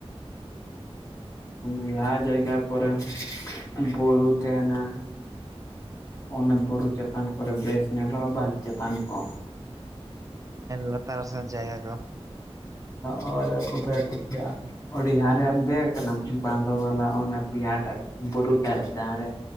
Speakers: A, on the left (about 30°); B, on the right (about 35°).
A: <inaudible> ᱡᱟᱭᱜᱟ ᱠᱚᱨᱮ ᱵᱩᱨᱩ ᱛᱟᱦᱮᱱᱟ ᱚᱱᱟ ᱵᱩᱨᱩ ᱪᱮᱛᱟᱱ ᱠᱚᱨᱮ ᱵᱮᱥ ᱧᱮᱞᱚᱜᱼᱟ ᱵᱟ ᱪᱮᱛᱟᱱ ᱠᱚ
B: ᱞᱟᱛᱟᱨ ᱥᱮᱱ ᱡᱟᱭᱜᱟ ᱠᱚ
A: ᱦᱚ ᱠᱚᱯᱮ ᱰᱦᱟᱨ ᱨᱮᱢ ᱫᱮᱡ ᱠᱟᱱᱟᱢ ᱵᱟᱸᱫᱳ ᱵᱟᱞᱟ ᱚᱱᱟᱚᱱ ᱵᱤᱦᱟᱴᱟᱨᱮ ᱵᱩᱨᱩ ᱴᱟᱨᱮ ᱡᱟᱦᱟᱸ ᱨᱮ